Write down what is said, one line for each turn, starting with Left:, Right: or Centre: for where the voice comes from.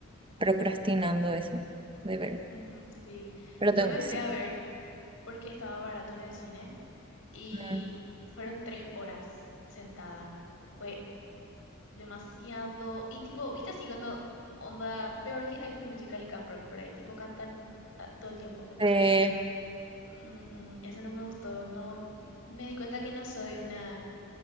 Right: procrastinando eso de ver.
Left: ujú, sí.
Right: Pero
Left: Yo
Right: tengo
Left: me
Right: que
Left: fui
Right: sí.
Left: a ver. porque estaba barato en el cine y
Right: Mm.
Left: fueron tres horas sentada. Fue demasiado. Y tipo, viste así cuando onda peor que High School Musical y Camp Rock por ahí, tipo cantan ah, todo el tiempo. Entonces,
Right: Eh,
Left: mm, mm, eso no me gustó. No, mm, me di cuenta que no soy una